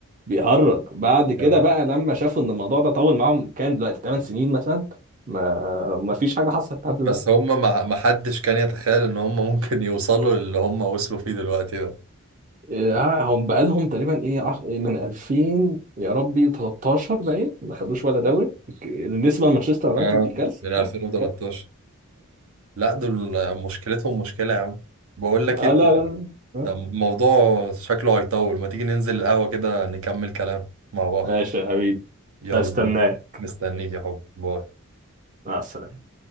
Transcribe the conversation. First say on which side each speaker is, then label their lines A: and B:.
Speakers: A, on the right; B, on the right.
A: بيهرج بعد كده
B: اه
A: بقى لما شافوا ان الموضوع ده طول معاهم كام دلوقتي 8 سنين مثلا ما ما فيش حاجه حصلت لحد
B: بس
A: دلوقتي
B: هم ما ما حدش كان يتخيل ان هم ممكن <laughs> يوصلوا للي هم وصلوا فيه دلوقتي ده
A: آه، هم بقالهم تقريبا ايه عش... إيه، من 2000 يا ربي 13 باين ما خدوش ولا دوري ك- النسبه لمانشستر يونايتد
B: اه
A: دي كارثه
B: من 2013
A: اه اه
B: لا دول مشكلتهم مشكلة يا عم بقول لك
A: آه،
B: ايه
A: لا لا آه.
B: ده موضوع شكله هيطول ما تيجي ننزل القهوة كده نكمل كلام مع بعض
A: ماشي يا حبيبي
B: يلا
A: هستناك
B: مستنيك يا حب باي
A: مع السلامه